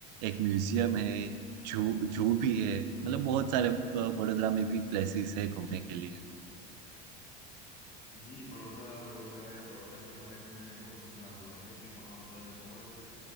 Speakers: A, on the right (about 90°); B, on the left (about 35°).
A: एक म्यूजियम है जू जू भी है मतलब बहुत सारे अ, बड़ोदरा में भी प्लेसेस है घूमने के लिए
B: जी बड़ौदा वडोदरा या बड़ौदा के बारे में मैंने बहुत सुना
A: हाँ
B: हुआ है कि वहाँ पर बहुत